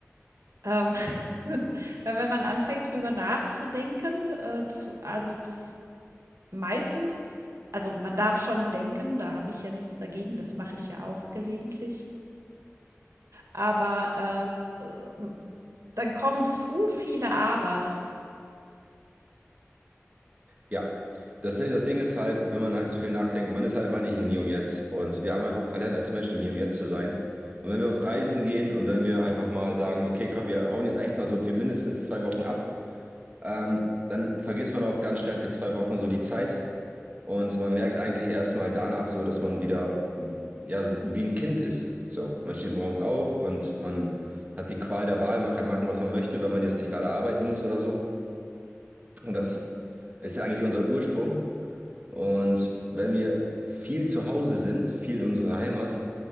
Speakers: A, on the right; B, on the right.
A: Ähm, <laughs> weil wenn man anfängt, drüber nachzudenken, äh, zu, also das meistens, also man darf schon denken, da habe ich ja nichts dagegen, das mache ich ja auch gelegentlich, aber äh, s- äh, m- dann kommen zu viele Abers.
B: Ja, das, das Ding ist halt, wenn man halt zu viel nachdenkt, man ist halt einfach nicht im Hier und Jetzt. Und wir haben einfach verlernt, als Menschen im Hier und Jetzt zu sein. Und wenn wir auf Reisen gehen und wenn wir einfach mal sagen, okay, komm, wir hauen jetzt echt mal so für mindestens zwei Wochen ab, ähm, dann vergisst man auch ganz schnell für zwei Wochen so die Zeit. Und man merkt eigentlich erst mal danach so, dass man wieder, ja, wie ein Kind ist. So, man steht morgens auf und man hat die Qual der Wahl, man kann machen, was man möchte, wenn man jetzt nicht gerade arbeiten muss oder so. Und das ist ja eigentlich unser Ursprung. Und wenn wir viel zu Hause sind, viel in unserer Heimat,